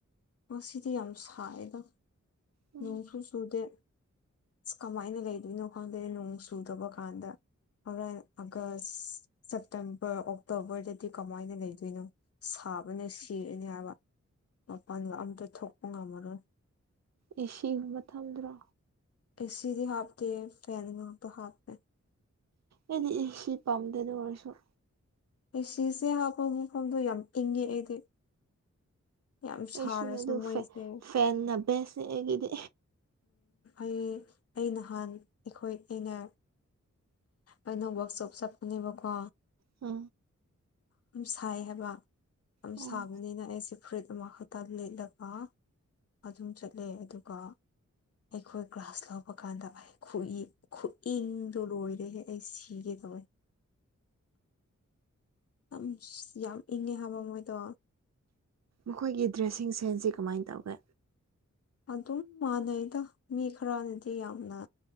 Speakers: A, on the left; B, on the right.
A: ꯃꯁꯤꯗꯤ ꯌꯥꯝ ꯁꯥꯏꯗ
B: ꯎꯝ
A: ꯅꯣꯡꯁꯨꯨ ꯆꯨꯗꯦ ꯑ ꯀꯃꯥꯏꯅ ꯂꯩꯗꯣꯏꯅꯣ ꯈꯪꯗꯦ ꯅꯣꯡ ꯆꯨꯗꯕ ꯀꯥꯟꯗ ꯍꯔꯦꯟ ꯑꯥꯒꯁ ꯁꯦꯞꯇꯦꯝꯕꯔ ꯑꯣꯛꯇꯣꯕꯔꯗꯗꯤ ꯀꯃꯥꯏꯅ ꯂꯩꯗꯣꯏꯅꯣ ꯁꯥꯕꯅ ꯁꯔꯅꯦ ꯍꯥꯏꯕ ꯃꯄꯥꯟꯗ ꯑꯝꯇ ꯊꯣꯛꯄ ꯉꯝꯃꯔꯣꯏ
B: ꯑꯦ ꯁꯤꯨꯝꯕ ꯊꯝꯗ꯭ꯔꯣ
A: ꯑꯦꯗꯤ ꯍꯥꯞ ꯀ ꯐꯅꯗ ꯍꯥꯞ ꯄ
B: ꯑꯦꯗꯤꯁꯤ ꯄꯝꯗꯦꯗ ꯑꯣꯏꯔꯁꯨꯣ
A: ꯑꯦ ꯁꯤꯁꯦ ꯍꯥꯞꯄ ꯃꯐꯝꯗꯣ ꯌꯥꯝ ꯏꯪꯉꯦ ꯑꯩꯗꯤ ꯌꯥꯝ ꯁꯥꯔꯁꯨ
B: ꯑꯩꯁꯨꯅꯦ ꯑꯗꯨ
A: ꯃꯣꯏꯁꯦ
B: ꯐꯦꯟꯅ ꯕꯦꯁꯅꯦ ꯑꯩꯒꯤꯗꯤ
A: ꯑꯩ ꯑꯩ ꯅꯍꯥꯟ ꯑꯩꯈꯣꯏ ꯑꯩꯅ ꯑꯩꯅ ꯋꯥꯛꯁ ꯆꯣꯞ ꯆꯠꯀꯅꯦꯕꯀꯣ
B: ꯍ
A: ꯌꯥꯝ ꯁꯥꯏ ꯍꯥꯏꯕ ꯌꯥꯝ
B: ꯑꯣ
A: ꯁꯥꯕꯅꯤꯅ ꯑꯩꯁꯦ ꯐꯨꯔꯤꯠ ꯑꯃ ꯍꯛꯇ ꯂꯤꯠꯂꯒ ꯑꯗꯨꯝ ꯆꯠꯂꯦ ꯑꯗꯨꯒ ꯑꯩꯈꯣꯏ ꯒ꯭ꯔꯥꯁ ꯂꯧꯕ ꯀꯥꯟꯗ ꯑꯩ ꯈꯨ ꯈꯨꯏꯟ ꯑꯗꯨꯣ ꯂꯣꯏꯔꯦꯍꯦ ꯑꯩ ꯁꯤꯒꯦ ꯇꯧꯋꯦ ꯑꯥꯝꯁ ꯌꯥꯝ ꯏꯪꯉꯦ ꯍꯥꯏꯕ ꯃꯣꯏꯗꯣ
B: ꯃꯈꯣꯏꯒꯤ ꯗ꯭ꯔꯦꯁꯤꯡ ꯁꯦ ꯍꯧꯖꯤꯛ ꯀꯃꯥꯏꯟ ꯇꯧꯒꯦ
A: ꯑꯗꯨꯝ ꯃꯥꯟꯅꯩꯗ ꯃꯤ ꯈꯔꯅꯗꯤ ꯌꯥꯝꯅ